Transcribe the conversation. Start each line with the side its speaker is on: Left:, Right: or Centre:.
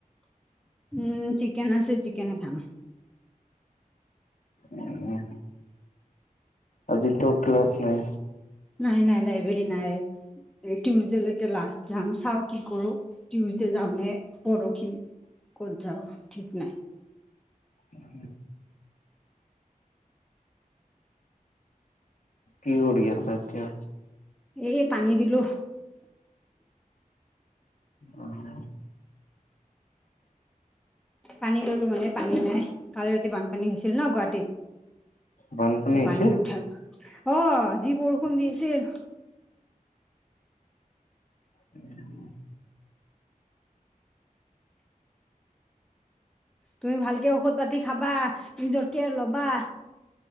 Centre: উম চিকেন আছে, চিকেনে খাম।
Left: উম। আজি টো ক্লাছ নাই।
Centre: নাই নাই লাইব্ৰেৰী নাই টউজডে লৈকে লাষ্ট যাম চাও কি কৰো। তিইউছদে যাম নে পৰখি ক'ত যাওঁ ঠিক নাই।
Left: উম। কি কৰি আছা এতিয়া।
Centre: এই পানী দিলো।
Left: অ'।
Centre: পানী ললো মানে পানী নাই কালি ৰাতি বানপানী হৈছিল ন গুৱাহাটীত।
Left: বানপানী
Centre: ত
Left: হৈছে
Centre: পানী উঠা অ যি বৰষোন দিচিল
Left: উম।
Centre: তুমি ভালকে ঔষধ পাতি খাবা নিজৰকে লবা।